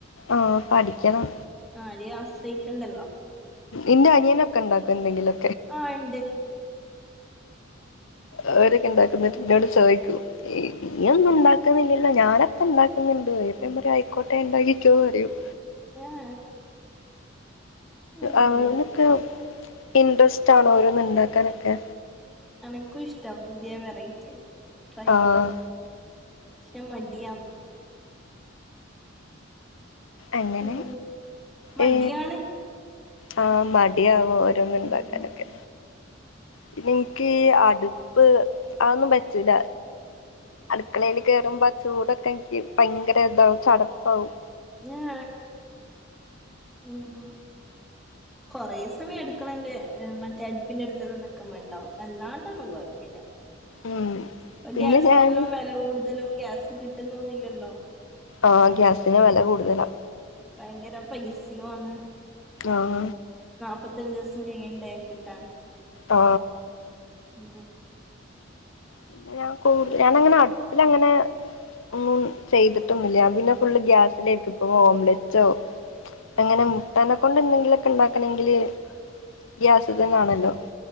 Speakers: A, on the left; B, in the centre.
A: ആഹ് പഠിക്കണം
B: ആരെയും ആശ്രയിക്കണ്ടല്ലോ
A: ഇന്റെ അനിയനൊക്കെ ഉണ്ടാക്കു എന്തെണ്ടെങ്കിലൊ
B: ആഹ് ഇണ്ട്
A: അവരൊക്കെ ഇണ്ടാക്കും ന്നിട്ട് ഇന്നോട് ചോയിക്കും ഇയൊന്നും ഉണ്ടാക്കുന്നില്ലല്ലോ ഞാനൊക്കെ ഉണ്ടാക്കു ന്നില്ലേ അപ്പം ഞാ പറയും ആയിക്കോട്ടെണ്ടാക്കിക്കോ പറയും
B: ആഹ് ഉം
A: അവനൊക്കെ ഇന്റെറെസ്റ്റ് ആണോ ഓരോന്ന് ഇണ്ടാക്കാനൊക്കെ
B: എനക്കും ഇഷ്ട പുതിയ വെറൈറ്റി ട്രൈ
A: ആഹ്
B: ചെയ്യാൻ ക്ഷെ മടിയ
A: അങ്ങനെ
B: ഉം മടിയാണ്
A: ഏ ആ മടി ടിയആവോ ഓരോന്ണ്ടാക്കാനൊക്കെ
B: ഉം
A: പിന്നെ എനിക്ക് അടുപ്പ് അതൊന്നും പറ്റൂല്ല അടുക്കളെല് കേയറുമ്പോ ചൂടൊക്കെ എനിക്ക് ഭയങ്കര ഇതാവും ചടപ്പാവും
B: ഞ്ഞാ മ്മ് കുറേ സമയം അടുക്കളേല് മറ്റേ അടുപ്പിന്റെ അടുത്തക്കെ നിക്കുമ്പ ഉണ്ടാവും അല്ലാണ്ടൊന്നും കോഴപ്പല്ല
A: ഉം
B: ഇപ്പ
A: പിന്നെ
B: ഗ്യാസിനെല്ലാം
A: ഞാൻ
B: വില കൂടുതലും ഗ്യാസ് കിട്ടുന്നൊന്നില്ലല്ലോ
A: ആ ഗ്യാസിന് വില കൂടുതലാ
B: ഭയങ്കര പൈസയും വന്ന്
A: ആഹ
B: മുപ്പത്തഞ്ച് ദിവസം കഴിയണ്ടേ കിട്ടാൻ
A: ആ
B: ഉ
A: പിന്നെ ഞാൻ കൂടു ഞാനങ്ങനെ അടുപ്പിലങ്ങനെ ഒന്നും ചെയ്തിട്ടൊന്നുമില്ല പിന്നെ ഫുള് ഗ്യാസിലെക്കും ഇപ്പ ഓംലറ്റോ അങ്ങനെ മുട്ടനെ കൊണ്ട് എന്തെങ്കിലൊക്കെ ഉണ്ടാക്കണെങ്കില് ഗ്യാസിത്തന്നാണല്ലോ